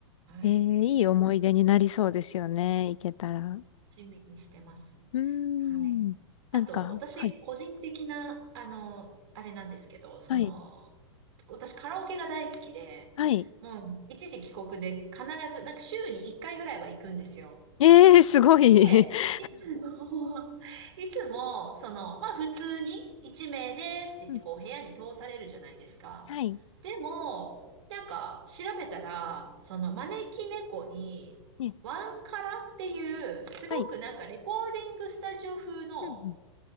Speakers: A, on the right; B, on the left.
A: はい。
B: えー、いい思い出になりそうですよね。行けたら。う
A: 趣味にしてます。
B: ーん。
A: はい。
B: なんか、
A: あと、私、
B: はい。
A: 個人的な、あの、あれなんですけど、その、
B: はい。
A: 私、カラオケが大好きで、
B: はい。
A: もう、一時帰国で必ず、なんか週に1回ぐらいは行くんですよ。
B: ええすごい。
A: で、
B: <laughs>
A: いつも、いつも、その、まあ普通に一名ですって言ってこう部屋に通されるじゃないですか。
B: うん、はい。
A: でも、なんか調べたら、その招き猫に、
B: ね、
A: ワンカラっていう、すごくなんかレコーディングスタジオ風の、
B: はい。うんうん。